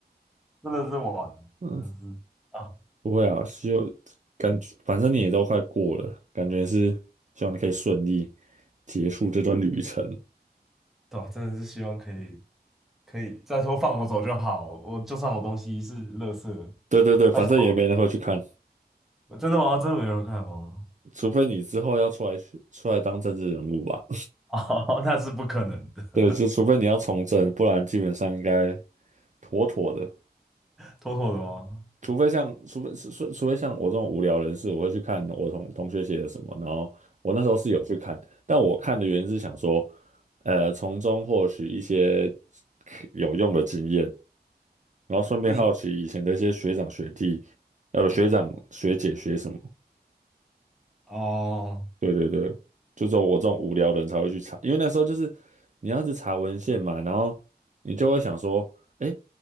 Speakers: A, in the centre; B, on the right.
A: <laughs> 真的是完，
B: 嗯，
A: 真的是啊，
B: 不会啊，希望感觉反正你也都快过了，感觉是希望你可以顺利结束这段旅程。
A: 对啊真的是希望可以可以，再说放我走就好，我就算我东西是垃圾，
B: 对对对，反正也没人会去看，
A: 拜托，真的吗？真的没人看吗？
B: 除非你之后要出来出来当政治人物吧。
A: <laughs> 哦，那是不可能的，
B: 对，就除非你要从政，不然基本上应该妥妥的。
A: 妥妥的吗？
B: 除非像，除非除除非像我这种无聊人士，我会去看我同同学写的什么，然后我那时候是有去看，但我看的原因是想说，呃，从中获取一些有用的经验，然后顺便好奇以前的一些学长学弟，
A: 你
B: 呃，不，学长学姐学什么。
A: 哦
B: 对对对，就只有我这种无聊的人才会去查，因为那时候就是你要是查文献嘛，然后你就会想说，哎，